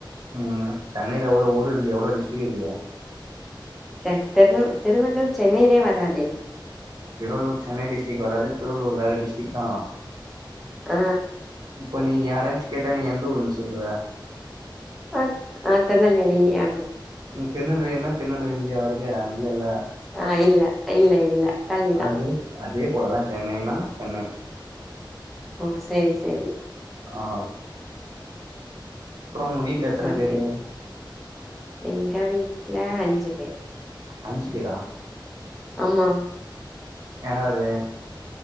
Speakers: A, on the right; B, in the centre.
A: ம் சென்னைல எவ்ளோ ஊரு இருக்கு எவ்ளோ டிஸ்ட்ரிக் இருக்குது
B: த தறு திருவள்ளூர் சென்னையிலே வராதே
A: திருவள்ளூர் சென்னை டிஸ்ட்ரிக் வராது திருவள்ளூர் வேற டிஸ்டிக் தா
B: அ
A: இப்ப நீ யாராச்சு கேட்டா நீ எந்த ஊருன்னு சொல்லுவ
B: அ அ திருநெல்வேலி அப்
A: ம் திருநெல்வேலினா திருநெல்வேலிலேவா இருக்க இல்லல்ல
B: அ இல்ல இல்ல இல்ல தள்ளிதா
A: அது அதே போலதா சென்னைனா சென்னை
B: ஓ சேரி சேரி
A: ஆ அப்பறோ உங்க வீட்ல எத்தன
B: அதான்
A: பேரு
B: கேட் எங்க வீட்ல அஞ்சு பேரு
A: அஞ்சு பேரா
B: ஆமா
A: யாரு